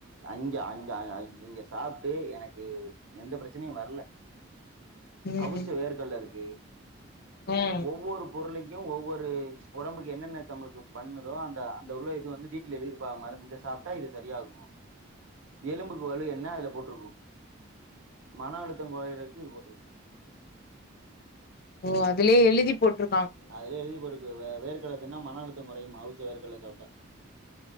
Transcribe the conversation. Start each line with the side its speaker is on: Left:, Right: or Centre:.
Right: அங்க அங்க அ இங்க சாப்ட்டு எனக்கு எந்த பிரச்சனையு வர்ல
Left: ம்
Right: அவுச்ச வேர்கல்ல இருக்கு
Left: ம்
Right: ஒவ்வொரு பொருளைக்கு ஒவ்வொரு ஒடம்புக்கு என்னென்ன தமளுக்கு பண்ணுதோ அந்த அந்த உள்ள இது வந்து டீடெயில் எழுதிருப்பா மருந்து இத சாப்ட்டா இது சரியாகு எலும்புக்கு வலு என்ன அதுல போட்டிருக்கு மன அழுத்தம் கொறைறக்கு இது போட்டிருக்கு
Left: ஓ அதுலயே எழுதி போட்டிரு
Right: அதுலே எழுதிப்போட்ருக்கு வே வேர்கல்ல தின்னா மன அழுத்தொ கொறையுமா அவுச்ச வேர்க்கல்ல சாப்ட்டா